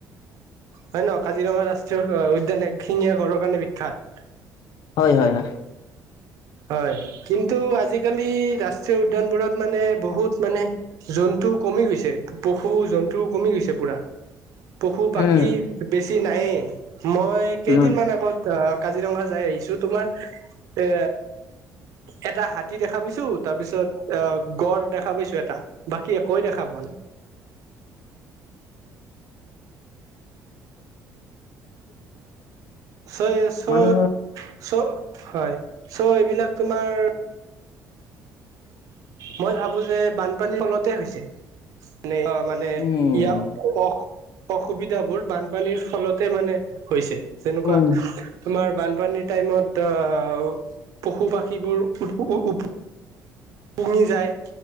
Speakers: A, on the right; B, on the left.
A: হয়ে ন', কাজিৰঙা ৰাষ্ট্ৰীয় উদ্যান এক শিঙীয়া গড়ৰ কাৰণে বিখ্যাত।
B: হয়, হয়, হয়।
A: হয়, কিন্তু আজিকালি ৰাষ্ট্ৰীয় উদ্যানবোৰত মানে বহুত মানে জন্তু কমি গৈছে, পশু জন্তু কমি গৈছে পুৰা। পশু, পাখি
B: উম
A: বেছি নাইয়ে, মই কেইদিন
B: উম
A: আগত আহ কাজিৰঙা যাই আহিছো। তোমাৰ এ, এটা হাতী দেখা পাইছো, তাৰ পিছত অ', গড় দেখা পাইছো এটা, বাকি একোৱেয় দেখা পোৱা নাই। চ' চ'
B: মানে
A: চ' হয়, চ' এইবিলাক তোমাৰ মই ভাবো যে বানপানীৰ ফলতে হৈছে। মানে অ' মানে
B: উম
A: ইয়াৰ অস অসুবিধাবোৰ বানপানীৰ ফলতে মানে হৈছে, যেনেকুৱা
B: উম
A: তোমাৰ বানপানীৰ টাইমত অ, পশু পাখীবোৰ উ উ পুঙি যায়